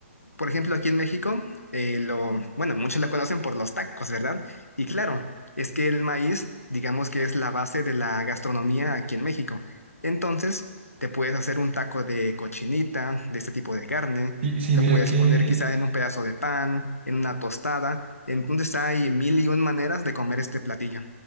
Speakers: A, on the left; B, on the right.
A: Por ejemplo, aquí en México, eh, lo, bueno, muchos la conocen por los tacos, ¿verdad? Y claro, es que el maíz, digamos que es la base de la gastronomía aquí en México. Entonces, te puedes hacer un taco de cochinita, de este tipo de carne,
B: Sí, sí,
A: lo
B: mira
A: puedes
B: que...
A: poner quizás en un pedazo de pan, en una tostada. Entonces, hay mil y un maneras de comer este platillo,